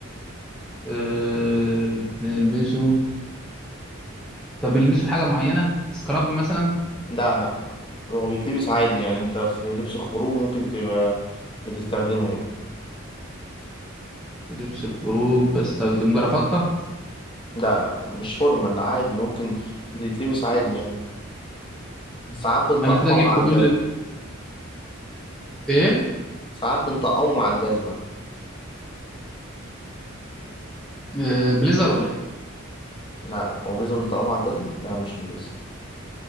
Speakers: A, in the centre; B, on the left.
A: أه... بنلبسه طب بنلبسه في حاجة معينة سكراب مثلا
B: لا لا لا. هو بيتلبس عادي يعني انت في لبس الخروج ممكن تبقى بتستخدمه يعني
A: في لبس الخروج بستخدم جرافطة
B: لا لا مش فورمال لا عادي ممكن بتتلبس عادي يعني ساعات بنطقمه
A: انا كده جبت
B: مع الجزمة
A: كل ال- ايه
B: ساعات بنطقمه مع الجزمة
A: آه، بليزر ولا ايه
B: لا لا هو بيزل متقطع مع الجزمة؟ لا مش بيزل